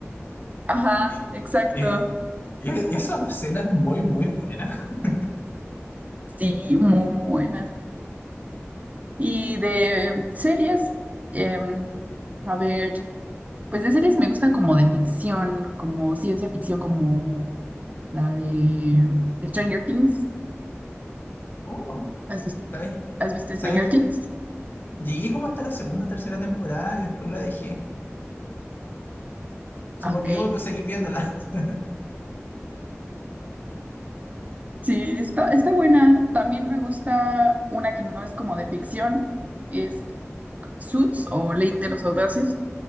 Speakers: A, on the right (about 35°); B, on the left (about 45°).
A: Ajá,
B: Y,
A: exacto.
B: eh, e- esa escena es muy, muy buena. <laughs>
A: Sí, muy, muy buenas. Y de series, em, a ver, pues de series me gustan como de ficción, como ciencia ficción, como la de Stranger Things.
B: Oh,
A: ¿Has,
B: ¿sabes?
A: has visto
B: ¿Sabes?
A: Stranger Things?
B: Llegué como hasta la segunda, tercera temporada y después la dejé. Se
A: Ah,
B: me
A: Ok.
B: olvidó seguir viéndola. <laughs>
A: Sí, está, está buena. También me gusta una que no es como de ficción, es Suits o Ley de los Audaces.